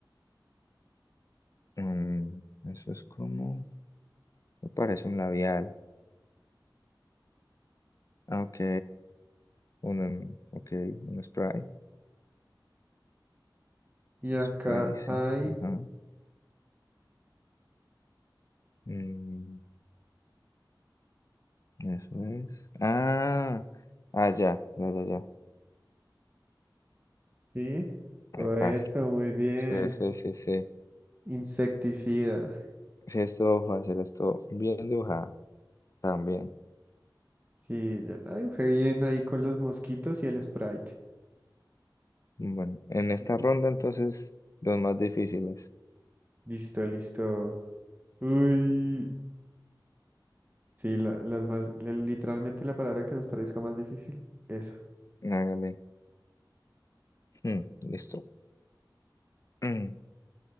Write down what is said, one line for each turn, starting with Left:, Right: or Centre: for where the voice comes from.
Left: mm, eso es como. Me parece un labial. Ah, Ok. Un, em, ok. Un spray.
Right: y acá
Left: Spray, sí.
Right: hay.
Left: Ajá. Mm, eso es. Ah. Ah, ya. Ya, ya, ya.
Right: Sí,
Left: Epa.
Right: oh, eso, muy bien.
Left: Sí, sí, sí, sí.
Right: Insecticida.
Left: Sí, estuvo fácil. esto bien dibujada. También.
Right: Sí, ya la dibujé bien ahí con los mosquitos y el Sprite.
Left: Bueno. En esta ronda, entonces, los más difíciles.
Right: Listo, listo. Uy, sí, la, las más. la- Literalmente la palabra que nos parezca más difícil, esa.
Left: Hágale. Mm, listo. <clears throat>